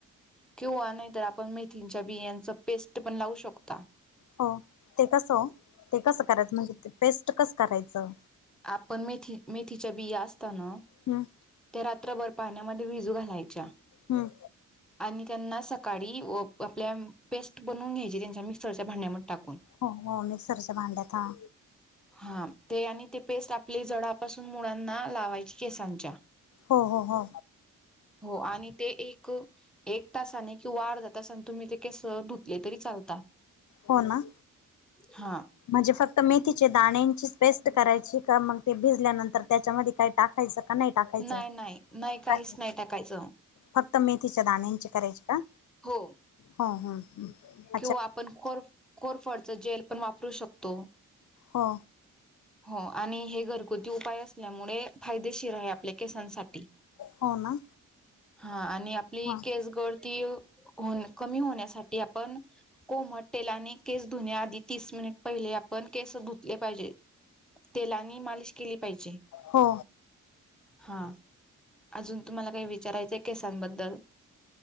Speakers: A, in the centre; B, on the left.
A: किंवा नाहीतर आपण मेथींच्या बियांच पेस्ट पण लावू शकता.
B: हो, ते कसं? ते कसं करायचं? म्हणजे पेस्ट कसं करायचं?
A: आपण मेथी मेथीच्या बिया असता ना?
B: हम्.
A: त्या रात्रभर पाण्यामध्ये भिजू घालायच्या.
B: हम्म.
A: आणि त्यांना सकाडी आपल्या पेस्ट बनवून घ्यायची त्यांच्या मिक्सरच्या भांड्यामध्ये टाकून.
B: हो- हो मिक्सरच्या भांड्यात हा.
A: हा ते आणि ते पेस्ट आपली जडपासून मुळांना लावायची केसांच्या.
B: हो -हो- हो.
A: हो आणि ते ए क-एक तासाने किंवा अर्ध्या तासान तुम्ही ते केस धुतले तरी चालता.
B: हो, ना?
A: हा.
B: म्हणजे फक्त मेथीचे दाण्यांचीच पेस्ट करायची का मग ते भिजल्यानंतर त्याच्यामध्ये काही टाकायचं का नाही? टाकायचं
A: नाही- नाय-नाही काहीच
B: काय
A: नाही टाकायचं.
B: फक्त मेथीच्या दाण्यांची करायची का?
A: हो.
B: हा- हा. हम्.. <inaudible>
A: किंवा आपण कोरफ- कोरफडच जेल पण वापरू शकतो.
B: हो.
A: हो.. आणि हे घरगुती उपाय असल्यामुडे फायदेशीर आहे आपल्या केसांसाठी..
B: हो ना
A: हा आणि आपली
B: हा
A: केस गळती हो न कमी होण्यासाठी आपण कोमट तेलाने केस धुण्याआधी तीस मिनिट पहिले आपण केसं धुतले पाहिजे. तेलानी मालिश केली पाहिजे.
B: हो
A: हा, अजून तुम्हाला काही विचारायचंय केसांबद्दल?